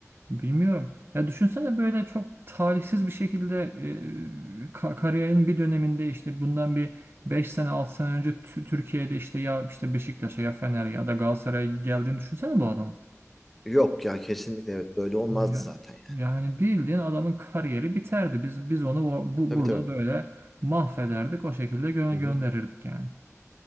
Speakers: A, on the right; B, in the centre.
A: Bilmiyorum. Ya düşünsene böyle çok talihsiz bir şekilde e, ka- kariyerin bir döneminde işte bundan bir Beş sene 6 sene önce Tü- Türkiye'de işte ya işte Beşiktaş'a ya Fener'e ya da Galatasaray'a geldiğini düşünsene bu adamın.
B: Yok ya kesinlikle evet böyle olmazdı
A: Ya,
B: zaten yani.
A: yani bildiğin adamın kariyeri biterdi. Biz biz onu o- bu,
B: Tabii
A: burada
B: tabii.
A: böyle mahvederdik. O şekilde gö-
B: Hı hı.
A: gönderirdik yani.